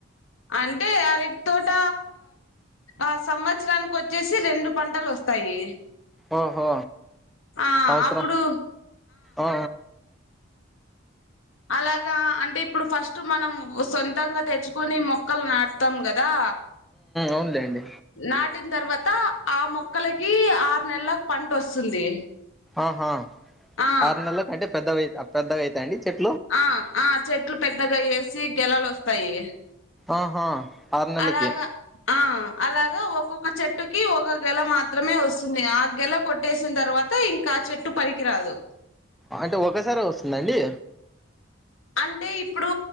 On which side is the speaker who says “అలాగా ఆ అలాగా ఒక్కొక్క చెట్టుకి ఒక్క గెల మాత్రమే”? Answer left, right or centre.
Left